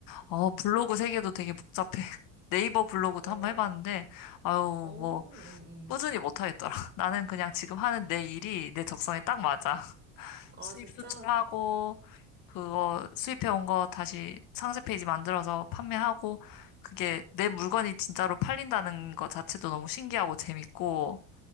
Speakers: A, on the left (about 60°); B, on the right (about 25°).
A: 어,
B: 음.
A: 블로그 세계도 되게 복잡해. <laughs> 네이버 블로그도
B: 어,
A: 한번 해봤는데, 아유,
B: 어,
A: 뭐,
B: 음, 음.
A: 꾸준히 못 하겠더라. <laughs> 나는 그냥 지금 하는 내 일이 내 적성에 딱 맞아. <laughs>
B: 아,
A: 수입
B: 진짜,
A: 수출하고, 그거 수입해 온 거 다시 상세 페이지 만들어서 판매하고, 그게 내 물건이 진짜로 팔린다는 거 자체도 너무 신기하고 재밌고,